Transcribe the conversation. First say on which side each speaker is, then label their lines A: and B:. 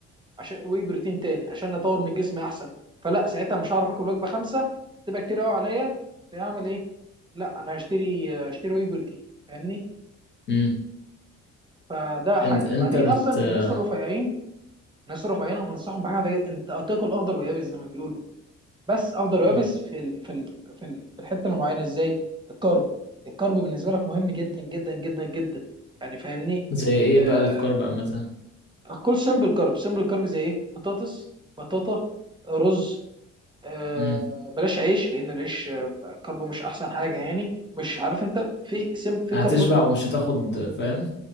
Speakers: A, on the right; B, on the left.
A: عشان واي بروتين تاني عشان اطور من جسمي احسن فلا ساعتها مش هعرف اكل وجبه خمسه تبقى كتير قوي عليا فاعمل ايه لا انا هشتري هشتري واي بروتين فاهمني
B: امم
A: فده حاجه
B: انت انت
A: بعدين
B: بت
A: اصلا
B: آه،
A: الناس الرفيعين الناس الرفيعين انا انصحهم بحاجه انت هتاكل اخضر ويابس زي ما بيقولوا بس اخضر ويابس
B: مم.
A: في ال... في ال... في ال- في الحته المعينه ازاي الكارب الكارب بالنسبه لك مهم جدا جدا جدا جدا يعني فاهمني
B: زي ايه
A: آه...
B: بقى الكارب عامه
A: كل سمبل كارب سمبل كارب زي ايه بطاطس بطاطا رز آه،
B: امم
A: بلاش عيش لان العيش آه، كربه مش احسن حاجه يعني مش عارف انت في سم في
B: هتشبع
A: كربات
B: ومش هتاخد فاهم